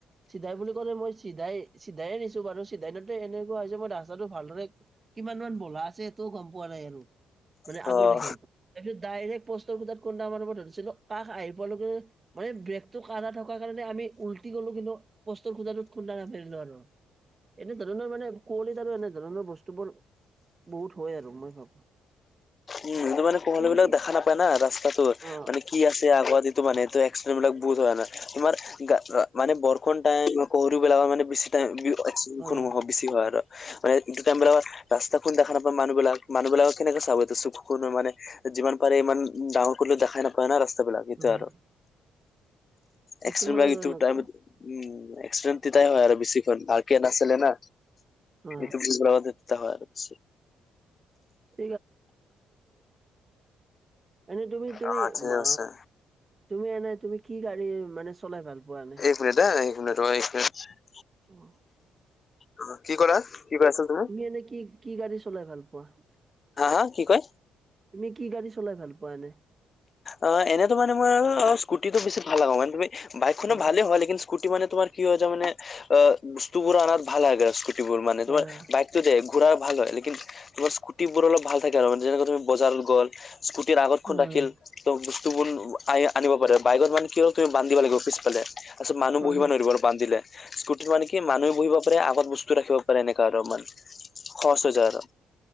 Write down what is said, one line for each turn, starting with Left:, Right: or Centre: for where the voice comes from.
Right: চিধাই বুলি ক'লে মই চিধাই চিধাইে আছোঁ বাৰু। চিধাই নত এনেকুৱা হয় যে মই ৰাস্তাটো ভালদৰে কিমান মান বলা আছে সেইটোও গম পোৱা নাই আৰু। মানে
Left: অ',
Right: আগৰ
Left: অ'।
Right: দেখিন তাৰপিছত ডাইৰেক্ট পোষ্টৰ খুটাত খুন্দা মাৰিবলৈ ধৰিছিলোঁ। কাষ আহি পোৱা লৈকে মানে ব্ৰেকটো কাৰা থকাৰ কাৰণে আমি উলটি গ'লো, কিন্তু পষ্টৰ খুটাটোত খুন্দা নামাৰিলো আৰু। এনে ধৰণৰ মানে কুঁৱলীিত আৰু এনে ধৰণৰ বস্তু বোৰ বহুত মই আৰ মই ভাবো
Left: উম, এইটো মানে কোমল
Right: তুমি
Left: বিলাক
Right: কি
Left: দেখা নাপায় না ৰাস্তাটো
Right: অ
Left: মানে কি আছে আগুৱাটিটো মানে এইটো এক্সিডেণ্ট বিলাক বহুত হয় মানে তোমাৰ গা আ মানে বৰষুণ টাইম গৰুবিলাকৰ মানে বেছি টাইম বিও এক্সিডেণ্টখন
Right: হয় হয়
Left: হব বেছি হয় আৰ মানে ইটো টাইম বিলাকৰ ৰাস্তাখন দেখা নাপায় মানুহবিলাক মানুহবিলাক কেনেকে চাব চুখো খনো মানে যিমান পাৰে ইমান ডাঙৰ কৰিলেও দেখাই নাপায় না ৰাস্তা বিলাক এটো
Right: উম
Left: আৰ
Right: কিছুমানৰ
Left: এক্সিডেণ্ট বিলাক এটো
Right: এনেকুৱা
Left: টাইমত উম এক্সিডেণ্ট দিতাই হয় আৰু বেছি খন ভাগ কেন আছিলে না
Right: অ
Left: এইটো <unintelligible> হয় আৰ বেছি
Right: <unintelligible> এনেই তুমি তুমি
Left: অ', ঠিক
Right: মা
Left: আছে
Right: তুমি এনে তুমি কি গাড়ী মানে চলাই ভাল পোৱা এনে
Left: <unintelligible>
Right: অ
Left: অ কি কলা কি কৈ আছিলা তুমি
Right: এনে কি কি গাড়ী চলাই ভাল পোৱা
Left: হা হা কি কয়
Right: তুমি কি গাড়ী চলাই ভাল পোৱা এনে
Left: অ এনেতো মানে মই আৰু স্কুটিটো বেছি ভাল লাগা মানে তুমি বাইকখনো
Right: অ
Left: ভালে হয় লেকিন স্কু স্কুটি মানে তোমাৰ কি হয় তামানে আ বস্তুবোৰ আনাত ভাল হয় স্কুটিবোৰ মানে তোমাৰ
Right: হয় হয়
Left: বাইক টোদে ঘুৰাৰ ভাল হয় লেকিন তোমাৰ স্কুটিবোৰ অলপ ভাল থাকে আৰু যেনেকা তুমি বজাৰত গল স্কুটিৰ আগতখোন
Right: হয়
Left: ৰাখিল
Right: হয়
Left: ত বস্তুবোৰ আই আনিব পাৰে বাইকত মানে কিয় হয় তুমি বান্ধিব লাগিব পিছফালে তাৰপিছত মানুহ
Right: হয়
Left: বহিব
Right: হয়
Left: নোৱাৰিব আৰু বান্ধিলে স্কুটিত মানে কি মানুহে বহিব পাৰে আগত বস্তু ৰাখিব পাৰে এনেকা অলপমান সহচ হৈ যায় আৰ